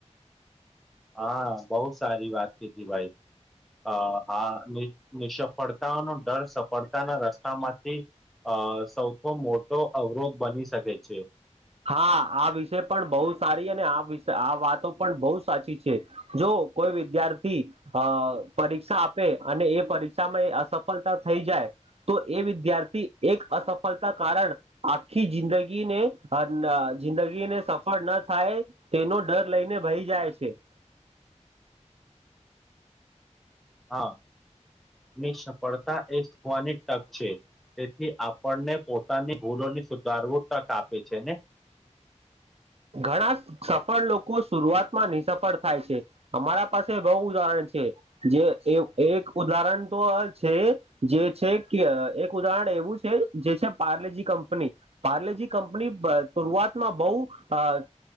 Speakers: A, in the centre; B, on the right.
A: હા બોઉ સારી વાત કીધી ભાઈ અ હા નિષફળતાઓનો ડર સફળતાના રસ્તામાંથી અ સૌથો મોટો અવરોધ બની શકે છે
B: હા આ વિષય પણ બોઉ સારી અને આ વિશ આ વાતો પણ બોઉ સાચી છે જો કોઈ વિદ્યાર્થી અ પરીક્ષા આપે અને એ પરીક્ષામાં એ અસફળતા થઈ જાય તો એ વિદ્યાર્થી એક અસફળતા કારણ આખી જિંદગીને જિંદગીને સફળ ન થાય તેનો ડર લઈને બેહી જાય છે <inaudible>
A: હા ની સફળતા એ સ્વાની ટક છે તેથી આપણને પોતાની ભૂલોની સુધારવું તક આપે છે ને
B: ઘણા સફળ લોકો શુરઆતમાં નિસફળ થાય છે અમારા પાસે બોઉ ઉદાહરણ છે જે એ એક ઉદાહરણ તો છે જે છે કે એક ઉદાહરણ એવું છે જે છે પાર્લેજી કંપની પાર્લેજી કંપની શરઆતમાં બોઉ અ